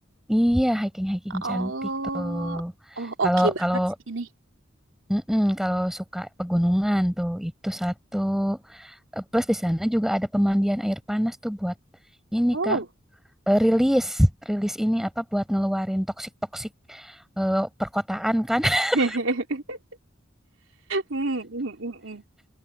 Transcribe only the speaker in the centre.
Iya, hiking-hiking cantik
tuh.
Kalau
kalau
mm-mm, kalau suka pegunungan tuh itu satu. Eh, Plus di sana juga ada pemandian air panas tuh buat ini
Kak, eh, rilis, rilis ini apa buat ngeluarin toksik-toksik eh, perkotaan kan. <laughs>